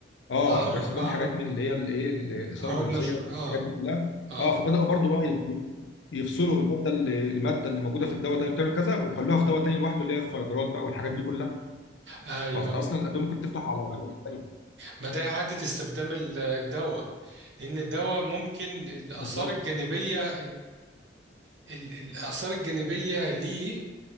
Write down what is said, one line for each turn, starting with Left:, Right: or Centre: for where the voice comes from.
Left: اه
Right: اعرض
Left: بيحصل لهم
Right: اعرض
Left: حاجات من اللي هي الايه الاثاره
Right: اعرض
Left: الجنسيه
Right: نشوة
Left: والحاجات
Right: اه
Left: دي كلها
Right: اه
Left: اه فبداوا برضو بقى ي- يفصلوا الماده اللي الماده اللي موجوده في الدواء ده اللي بتعمل كذا وخلوها في دواء تاني لوحده اللي هي الفيجرات بقى والحاجات دي كلها
Right: ايوه
Left: فانت اصلا الادويه ممكن تفتح على مكان تاني
Right: ما ده إعادة استخدام ال- الدواء لأن الدواء ممكن الآثار
Left: بالظبط
Right: الجانبية ال- الآثار الجانبية ليه